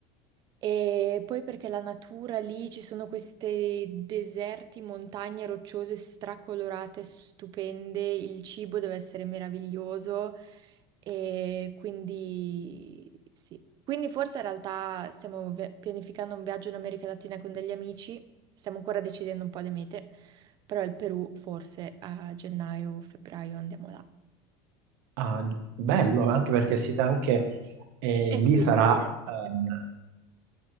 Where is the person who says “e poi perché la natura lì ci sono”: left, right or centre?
Right